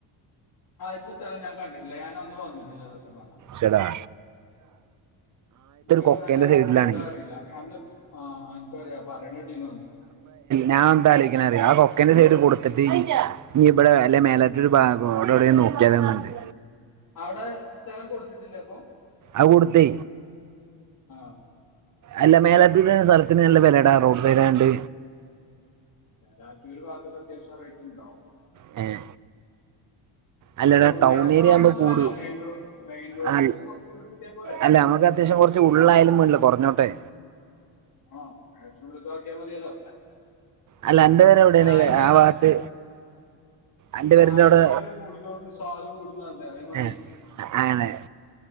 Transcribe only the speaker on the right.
ശെടാ
കൊക്കേൻ്റെ
സൈഡിലാണ്
ഞാ ന്താ ആലോയ്ക്ക്ണെ റിയൊ ആ കൊക്കന്റെ സൈഡ് കൊട്ത്തിട്ട് ഞ് ബടെ അല്ലെ മേലാറ്റൂർ ഭാഗോ ആടോടേം നോക്ക്യാലോ ന്ന്ള്ളെ
അത്കൊടുത്തേ
അല്ല മേലാറ്റൂര് സ്ഥലത്തിന് നല്ല വെല ടാറോഡ് സൈഡായോണ്ട്
മ് അല്ലടാ
ടൗൺ
ഏരിയാവുമ്പോ
കൂടോ
അ
അല്ല നമ്മക്ക് അത്യാവശ്യം കുറച്ച് ഉള്ളായാലും മേണ്ടില്ല്യാ കുറഞ്ഞോ ട്ടേ
അല്ല അന്റെ പെര ഔടാണ്
ആ വാത്ത് അന്റെ
പെരന്റെ ഔടെ
ഏ അങ്ങനെ